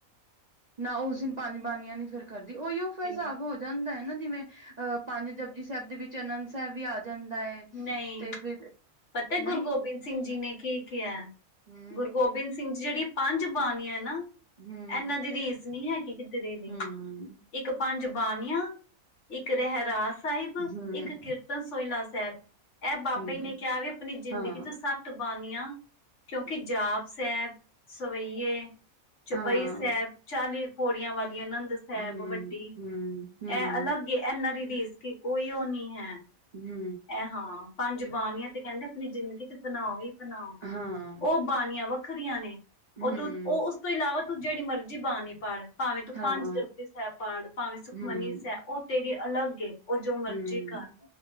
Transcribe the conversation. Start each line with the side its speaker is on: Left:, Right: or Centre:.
Right: ਨਾ ਉਸ ਦਿਨ ਪੰਜ ਬਾਨੀਆਂ ਨੀ ਫਿਰ ਕਰਦੀ ਉਹੀ ਉਹ
Left: ਕਿੰਨੀ
Right: ਫਿਰ ਸਾਫ਼ ਹੋ ਜਾਂਦਾ ਹੈ ਨਾ ਜਿਵੇਂ ਅਹ ਪੰਜ ਜਪਜੀ ਸਾਹਿਬ ਦੇ ਵਿੱਚ ਆਨੰਦ ਸਾਹਿਬ ਵੀ ਆ ਜਾਂਦਾ ਹੈ
Left: ਨਹੀਂ
Right: ਤੇ ਫਿਰ
Left: ਪਤਾ
Right: ਨਹੀਂ
Left: ਗੁਰੂ ਗੋਬਿੰਦ ਸਿੰਘ ਜੀ ਨੇ ਕੀ ਕਿਹਾ
Right: ਹਮ
Left: ਗੁਰੂ ਗੋਬਿੰਦ ਸਿੰਘ ਸਿੰਘ 'ਚ ਜਿਹੜੀ ਪੰਜ ਬਾਣੀਆਂ ਨਾ
Right: ਹਮ
Left: ਇਹਨਾਂ ਦੀ ਰੀਸ ਨਹੀਂ ਹੈਗੀ ਕਿਧਰੇ ਵੀ।
Right: ਹਮ
Left: ਇੱਕ ਪੰਜ ਬਾਣੀਆਂ ਹੈ। ਇੱਕ ਰਹਿਰਾਸ ਸਾਹਿਬ
Right: ਹਮ
Left: ਇੱਕ ਕੀਰਤਨ ਸੋਹਿਲਾ। ਸਾਹਿਬ ਇਹ ਬਾਬੇ
Right: ਹਮ
Left: ਜੀ ਨੇ ਕਿਹਾ ਵੀ ਆਪਣੀ ਜ਼ਿੰਦਗੀ
Right: ਹਾਂ
Left: ਚੋਂ ਸਭ। ਬਾਨੀਆਂ ਕਿਉਂਕਿ ਜਾਪ ਸਾਹਿਬ ਸਵਈਏ। ਚੌਪਈ
Right: ਹਾਂ
Left: ਸਾਹਿਬ, ਚਾਲੀ ਪੌੜੀਆਂ ਵਾਲੀ, ਆਨੰਦ ਸਾਹਿਬ,
Right: ਹਮ
Left: ਵੱਡੀ ਇਹ
Right: ਹਮ ਹਮ
Left: ਅਲੱਗ। ਕਿ ਐਨਾ ਦੀ ਰੀਸ ਕੋਈ ਉਹ ਨੀ ਹੈ।
Right: ਹੂ।
Left: ਇਹ ਹਾਂ ਪੰਜ ਬਾਣੀਆਂ ਤੇ ਕਹਿੰਦੇ ਆਪਣੀ ਜ਼ਿੰਦਗੀ 'ਚ ਬਣਾਓ ਹੀ ਬਣਾਓ।
Right: ਹਾਂ
Left: ਉਹ ਬਾਣੀਆਂ ਵੱਖਰੀਆਂ ਨੇ
Right: ਹਮ
Left: ਉਹ ਤੂੰ ਉਹ ਉਸ ਤੋਂ ਇਲਾਵਾ ਤੂੰ ਜਿਹੜੀ ਮਰਜ਼ੀ ਬਾਣੀ ਪੜ। ਭਾਵੇਂ ਤੂੰ
Right: ਹਾਂ
Left: ਪੰਜ ਜਪੁਜੀ ਸਾਹਿਬ ਪੜ। ਭਾਵੇਂ ਸੁਖਮਨੀ
Right: ਹਮ
Left: ਸਾਹਿਬ ਉਹ ਤੇਰੀ ਅਲੱਗ ਏ। ਉਹ ਜੋ ਮਰਜ਼ੀ
Right: ਹਮ
Left: ਕਰ